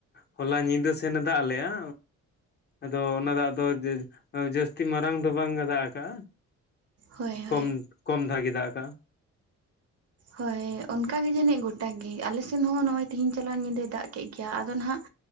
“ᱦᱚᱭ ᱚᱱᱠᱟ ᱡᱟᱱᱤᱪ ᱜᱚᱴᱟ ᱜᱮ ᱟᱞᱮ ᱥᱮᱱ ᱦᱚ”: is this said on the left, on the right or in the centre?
Right